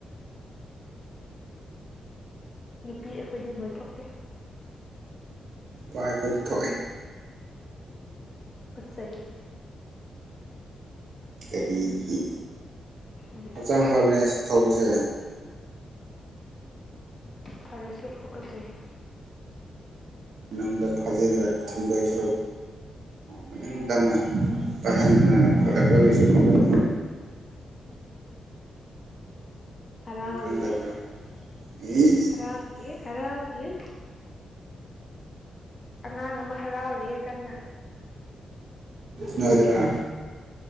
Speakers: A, on the left; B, on the right.
A: ꯅꯨꯄꯤ ꯑꯩꯈꯣꯏꯗꯤ ꯃꯣꯏ ꯊꯣꯛꯇꯦ
B: ꯄꯥ ꯑꯩꯈꯣꯏꯒꯤ ꯊꯣꯛꯏ
A: ꯇꯨꯀꯠꯆꯩꯑꯦ
B: ꯀꯔꯤꯒꯤ
A: ꯃꯣꯏ
B: ꯍꯛꯆꯥꯡ
A: ꯊꯣꯛꯄꯒꯤ
B: ꯐꯕꯅꯦ ꯊꯣꯛꯄꯁꯦ
A: ꯐꯔꯁꯨ ꯇꯨꯀꯠꯆꯩ
B: ꯃꯅꯨꯡꯗ ꯐꯥꯖꯤꯜꯂ ꯊꯗꯣꯏ ꯁꯔꯨꯛ ꯃꯅꯤꯡ ꯇꯝꯅ ꯄꯥꯏꯍꯟꯗꯅ ꯑꯩꯈꯣꯏꯒꯁꯨ ꯐꯒꯅꯤ
A: ꯍꯔꯥꯎꯔꯤꯌꯦ
B: ꯈꯪꯗꯕ꯭ꯔꯕ ꯏꯁ
A: ꯍꯔꯥꯎꯔꯤꯌꯦ ꯍꯔꯥꯎꯔꯤꯌꯦ ꯑꯉꯥꯡ ꯑꯃ ꯍꯔꯥꯎꯔꯤꯌꯦ ꯀꯟꯅ
B: ꯅꯣꯏꯗꯨꯔꯣ